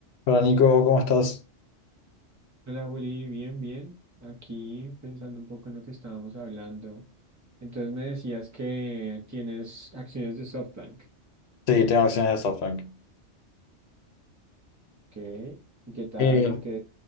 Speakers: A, on the left; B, on the right.
A: Hola Nico, ¿cómo estás?
B: Hola Juli, bien, bien. Aquí pensando un poco en lo que estábamos hablando. Entonces me decías que tienes acciones de SoftBank.
A: Sí, tengo acciones de SoftBank.
B: Ok. ¿Y qué tal?
A: Eh,
B: Porque